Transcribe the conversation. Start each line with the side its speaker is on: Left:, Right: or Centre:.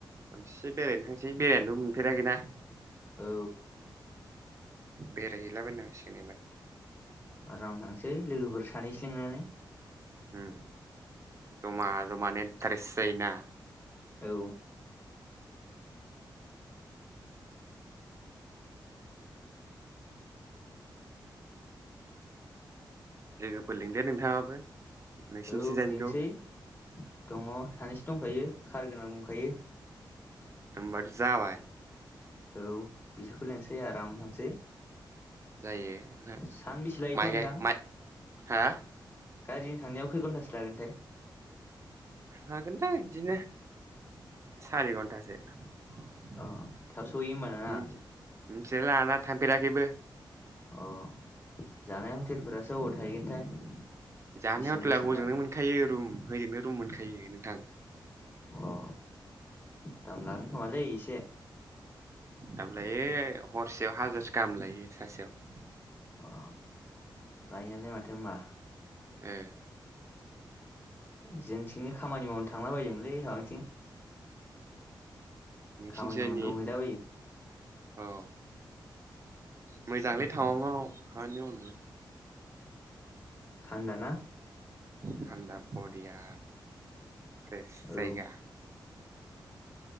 Right: खनसे बेरायनो थांसै बेरायनोथ' मोनफेराखैना
Left: औ।
Right: बेरायहैलाबायनांसिगोन एबार
Left: आराम थांसै लोगोफोर सानैसो लिंनानै
Right: उम जमा जमानो इन्टारेस्ट जायोना
Left: औ
Right: लोगोफोर लिंदो नोंथाङाबो नोंसिनिथिंजायनिखौ
Left: औ लिंसै दङ सानै दंखायो कार गोनां दंखायो
Right: होमबाथ जाबाय
Left: औ बिसोरखौ लेंसै आराम थांसै
Right: जायो ना
Left: सानबेसे लायोथाय
Right: माइ गाय
Left: नोंथां
Right: माइ हा
Left: गारिजों थांनायाव खै घन्टासो लागोनथाय
Right: लागोनदां इदिनो सारि घन्टासो। मिथि
Left: अ थाब सहैयो होमबा नोंना
Right: मिथिलाय लाङालां थांफेराखैबो
Left: अ जानाय हटेलफोरासो अबाव थाहैगोनथाय
Right: जानाय
Left: बेसेबां
Right: हटेेला
Left: बेसेबां
Right: हजोंनो
Left: लागोन
Right: मोनखायो रुम हजोंनो रुम मोनखायो नोंथां
Left: अ दाम लागोन खोमालै इसे
Right: दाम लायो हरसेयाव हाजारसे गाहाम लायो सासेयाव
Left: अ लायोयानो माथो होमबा
Right: ए।
Left: जोंथिंनि खामानि मावनो थांला बायोमोनलै माबाथिं
Right: नोंसिनिथिंजायनि
Left: खामानि मावनो दंहैलाबायो
Right: औ मोजांलै टावांआव खामानि मावनो
Left: थानदा ना
Right: थान्दा बरिया फ्रेस
Left: औ
Right: जायगा